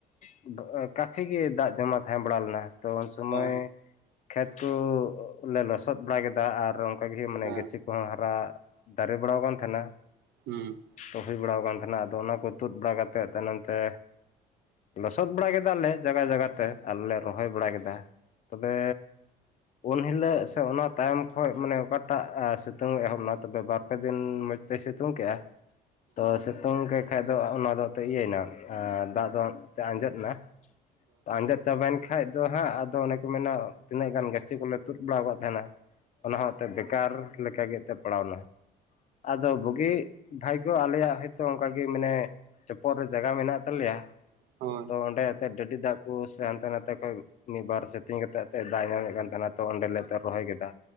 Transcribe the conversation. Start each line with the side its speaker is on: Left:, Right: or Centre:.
Left: <unintelligible> ᱠᱟᱯᱷᱤ ᱜᱮ ᱫᱟᱜ ᱡᱚᱢᱟ ᱛᱟᱦᱮᱸ ᱵᱟᱲᱟ ᱞᱮᱱᱟ ᱛᱚ ᱩᱱ ᱥᱚᱢᱚᱭ
Right: ᱦᱳᱭ
Left: ᱠᱷᱮᱛ ᱠᱩᱻ ᱞᱮ ᱞᱚᱥᱚᱫ ᱵᱟᱲᱟ ᱠᱮᱫᱟ ᱟᱨ ᱚᱱᱠᱟᱜᱮ ᱢᱟᱱᱮ
Right: ᱦᱮᱸ
Left: ᱜᱟᱪᱷᱤ ᱠᱚ ᱦᱚᱸ ᱦᱟᱨᱟ ᱫᱟᱨᱮ ᱵᱟᱲᱟᱣ ᱟᱠᱟᱱ ᱛᱟᱦᱮᱸᱱᱟ
Right: ᱦᱩᱸ
Left: ᱨᱚᱦᱚᱭ ᱵᱟᱲᱟᱣ ᱟᱠᱟᱱ ᱛᱟᱦᱮᱱᱟ ᱟᱫᱚ ᱚᱱᱟ ᱠᱚ ᱛᱩᱫ ᱵᱟᱲᱟ ᱠᱟᱛᱮᱫ ᱛᱟᱭᱱᱚᱢ ᱛᱮ ᱞᱳᱥᱳᱫ ᱵᱟᱲᱟ ᱠᱮᱫᱟᱞᱮ ᱡᱟᱜᱟ ᱡᱟᱜᱟ ᱛᱮ ᱟᱞᱮ ᱞᱮ ᱨᱚᱦᱚᱭ ᱵᱟᱲᱟ ᱠᱮᱫᱟ ᱛᱚᱵᱮ ᱩᱱ ᱦᱤᱞᱳᱜ ᱥᱮ ᱚᱱᱟ ᱛᱟᱭᱚᱢ ᱠᱷᱚᱡ ᱢᱟᱱᱮ ᱚᱠᱟᱴᱟᱜ ᱥᱤᱛᱩᱝ ᱮᱦᱚᱵ ᱞᱮᱱᱟ ᱛᱚᱵᱮ ᱵᱟᱛ ᱯᱮ ᱫᱤᱱ ᱢᱚᱡᱽᱛᱮ ᱥᱤᱛᱩᱝ ᱠᱮᱫᱼᱟ ᱛᱚ ᱥᱤᱛᱩᱝ ᱠᱮᱫ ᱠᱷᱟᱡ ᱫᱚ ᱚᱱᱟ ᱫᱚ ᱟᱫᱚ ᱤᱭᱟᱹᱭ ᱮᱱᱟ ᱟᱨ ᱫᱟᱜ ᱫᱚ ᱮᱱᱛᱮ ᱟᱸᱡᱮᱫ ᱮᱱᱟ ᱟᱸᱡᱮᱫ ᱪᱟᱵᱟᱭᱮᱱ ᱠᱷᱟᱱᱡ ᱫᱚ ᱦᱟᱸᱜ ᱟᱫᱚ ᱚᱱᱮ ᱠᱚ ᱢᱮᱱᱟ ᱛᱤᱱᱟᱹᱜ ᱜᱟᱱ ᱜᱟᱹᱪᱷᱤ ᱠᱚᱞᱮ ᱛᱩᱫ ᱵᱟᱲᱟ ᱟᱠᱟᱫ ᱛᱟᱦᱮᱱᱟ ᱚᱱᱟᱦᱚᱸ ᱮᱱᱛᱮ ᱵᱮᱠᱟᱨ ᱞᱮᱠᱟᱜᱮ ᱮᱱᱛᱮ ᱯᱟᱲᱟᱣ ᱮᱱᱟ ᱟᱫᱚ ᱵᱩᱜᱤ ᱵᱷᱟᱭᱜᱳ ᱟᱞᱮᱭᱟᱜ ᱦᱭᱛᱚ ᱚᱱᱠᱟᱜᱮ ᱢᱟᱱᱮ ᱪᱚᱯᱚᱜ ᱨᱮ ᱡᱟᱭᱜᱟ ᱢᱮᱱᱟᱜ ᱛᱟᱞᱮᱭᱟ
Right: ᱦᱳᱭ
Left: ᱛᱚ ᱚᱸᱰᱮ ᱮᱱᱛᱮ ᱰᱟᱹᱰᱤ ᱫᱟᱜ ᱠᱚ ᱥᱮ ᱦᱟᱱᱛᱮ ᱱᱷᱟᱛᱮ ᱠᱷᱚᱡ ᱢᱤᱫ ᱵᱟᱨ ᱥᱮᱛᱮᱧ ᱠᱟᱛᱮᱜ ᱮᱱᱛᱮ ᱫᱟᱜ ᱮ ᱧᱟᱢᱮᱫ ᱠᱟᱱ ᱛᱟᱦᱮᱱᱟ ᱛᱚ ᱚᱸᱰᱮ ᱞᱮ ᱨᱚᱦᱚᱭ ᱠᱮᱫᱟ